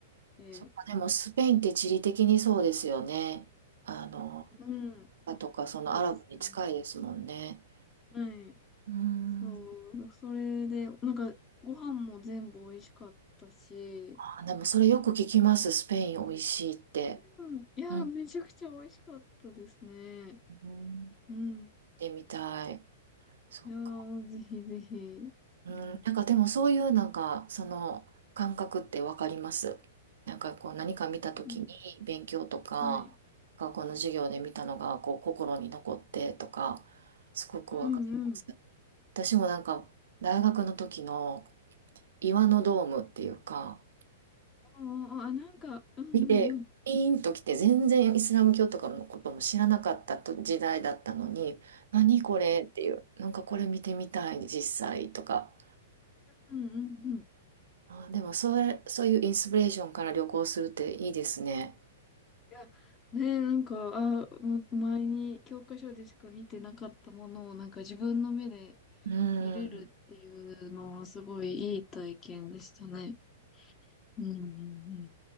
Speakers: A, on the left; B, on the right.
A: で、
B: そっか、でもスペインって地理的にそうですよね。あの、
A: うん、
B: あとか、そのアラブに近いですもんね。
A: そうですね。はい。
B: うーん。
A: そう、それで、なんかご飯も全部美味しかったし、
B: あー、でもそれよく聞きます。スペイン美味しいって。
A: うん、いや、
B: うん、
A: めちゃくちゃ美味しかったですね。
B: うん、うん。行っ
A: うん。
B: てみたい。そっか。
A: いやー、ぜひぜひ。
B: うん、
A: うん。
B: なんかでもそういうなんか、その感覚ってわかります。なんかこう何か見た時に勉強とか、
A: うん。はい。
B: 学校の授業で見たのがこう心に残ってとか、すごくわかります。
A: うんうんうん。
B: 私もなんか、大学の時の岩のドームっていうか、
A: あ、あなんか、うんうんうん。
B: 見て、ピーンと来て、全然イスラム教とかのことも知らなかったと時代だったのに、何これっていう、
A: はい。
B: なんかこれ見てみたい、実際とか。
A: うんうんうん。い
B: あー、でもそれ、そういうインスピレーションから旅行するっていいですね。
A: や、ねえ、なんか、あ、む前に教科書でしか見てなかったものを、なんか自分の目で
B: うん。
A: 見れるっていうのは、すごいいい体験でしたね。うんうんうん。